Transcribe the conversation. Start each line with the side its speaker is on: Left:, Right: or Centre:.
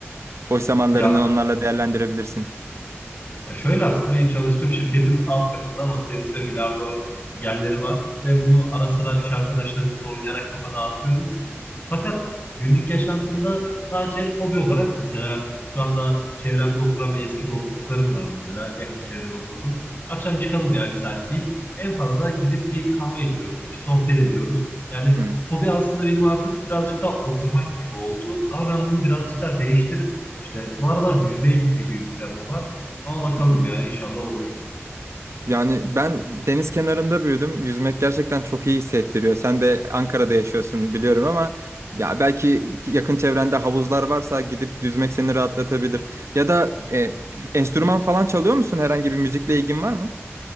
Right: Boş zamanlarını
Left: Ya
Right: onlarla değerlendirebilirsin.
Left: Ya şöyle aslında benim çalıştığım şirketin alt katında masa tenisi ve bilardo yerleri var ve bunu ara sıra iş arkadaşlarımızla oynayarak kafa dağıtıyoruz. Fakat günlük yaşantımda sadece hobi olarak mesela şu anda çevremde oturan ve eski dostluklarım var mesela yakın çevrede oturdum. Akşam çıkalım ya bir saat deyip en fazla gidip bir kahve içiyoruz, iki sohbet ediyoruz. Yani
Right: Hı.
Left: hobi aslında benim artık birazcık daha oturmak gibi oldu ama ben bunu birazcık daha değiştirip işte bu aralar yüzmeye gitme gibi bir planım var. Ama bakalım
Right: Hı hı.
Left: ya inşallah olur.
Right: Yani ben deniz kenarında büyüdüm. Yüzmek gerçekten çok iyi hissettiriyor. Sen de Ankara'da yaşıyorsun biliyorum ama ya belki yakın çevrende havuzlar varsa gidip yüzmek seni rahatlatabilir. Ya da e, enstrüman falan çalıyor musun? Herhangi bir müzikle ilgin var mı?